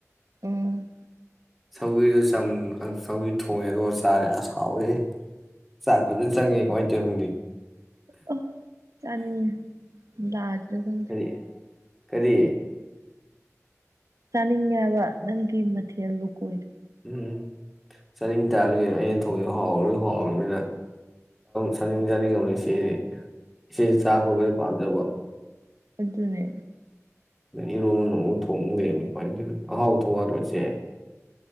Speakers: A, on the right; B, in the centre.
A: ꯎꯝ
B: ꯁꯧꯕꯤꯔꯤꯗꯨ ꯁꯧꯕꯤꯔꯤ ꯊꯣꯡꯉꯦ ꯑꯗꯨꯒ ꯆꯥꯔꯦ ꯑꯁꯥꯎꯔꯦ ꯆꯥꯛ ꯐꯖꯅ ꯆꯪꯉꯦ ꯀꯃꯥꯏꯅ ꯇꯧꯋꯤ ꯈꯪꯗꯤ
A: ꯑꯣ ꯆꯅꯤꯡ ꯂꯥꯗ꯭ꯔꯒ
B: ꯀꯔꯤ ꯀꯔꯤ
A: ꯆꯅꯤꯡꯉꯕ ꯅꯟ ꯤꯃꯊꯤ ꯑꯜꯂꯨ ꯀꯣꯏꯔ
B: ꯎꯝ ꯆꯥꯅꯤꯡ ꯆꯥꯔꯤ ꯀꯦꯅ ꯑꯩꯅ ꯊꯣꯡꯁꯦ ꯍꯥꯎꯣꯏ ꯍꯥꯎꯔꯕꯅꯤꯅ ꯆꯥꯅꯤꯡ ꯆꯥꯅꯤꯡꯉꯕꯅꯤ ꯁꯤꯦꯗꯤ ꯁꯤ ꯆꯥꯧꯕꯩ ꯄꯥꯝꯖꯕ
A: ꯑꯗꯨ ꯑꯗꯨꯅꯦ
B: ꯏꯔꯣꯕ ꯅꯣꯡꯃ ꯊꯣꯡꯉꯗꯕ ꯀꯃꯥꯏꯗꯅꯣ ꯑꯍꯥꯎ ꯊꯣꯡꯉꯔꯣꯏꯁꯦ